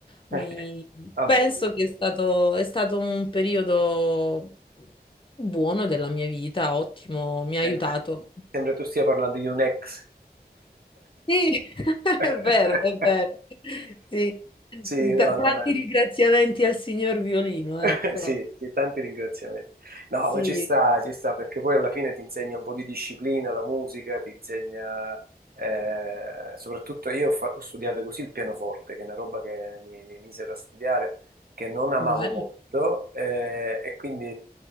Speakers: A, on the left; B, on the right.
A: mi-
B: <laughs> Vabbè,
A: penso che è stato, è stato un periodo buono della mia vita, ottimo, mi ha aiutato.
B: sembra, sembra tu stia parlando di un ex.
A: Sì, <laughs>
B: <laughs>
A: è vero, è vero. Sì.
B: Sì, no,
A: Ta- tanti
B: no, ma
A: ringraziamenti al signor violino,
B: <laughs>
A: ecco.
B: Sì, sì, tanti ringraziamenti. No,
A: Sì,
B: ma ci sta, ci sta, perché poi alla fine ti insegna un po' di disciplina, la musica, ti insegna, eh, soprattutto io ho, fa- ho studiato così il pianoforte, che è una roba che mi, mi misero a studiare, che non amavo
A: bello.
B: molto, eh, e quindi